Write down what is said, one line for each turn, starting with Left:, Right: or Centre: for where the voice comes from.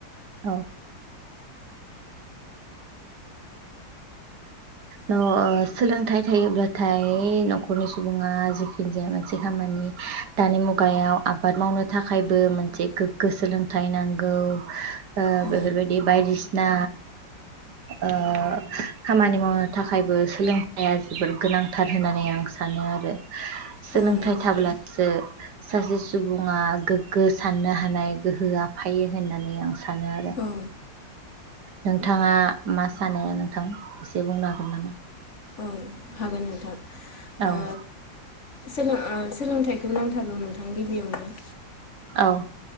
Right: औ। अ-अ सोलोंथाइ थायोबाथाय न'खरनि सुबुङा जिखिनि जाया मोनसे खामानि। दानि मुगायाव आबाद मावनो थाखायबो मोनसे गोग्गो सोलोंथाइ नांगौ। ओ
Left: औ
Right: बेफोरबायदि बायदिसिना ओ खामानि मावनो। थाखायबो सोलोंथाइया जोबोर गोनांथार होननानै आं सानो आरो। सोलोंथाइ
Left: औ नंगौ नोंथां
Right: थाब्लासो। सासे सुबुङा गोग्गो साननो हानाय गोहोआ फायो होननानै आं सानो आरो।
Left: औ औ।
Right: नोंथाङा मा सानो नोंथां एसे बुंनो हागोन नामा।
Left: औ हागोन नोंथां।
Right: औ।
Left: ओ सोलों ओ सोलोंथाइखौ नांथारगौ नोंथां गिबियावनो।
Right: औ।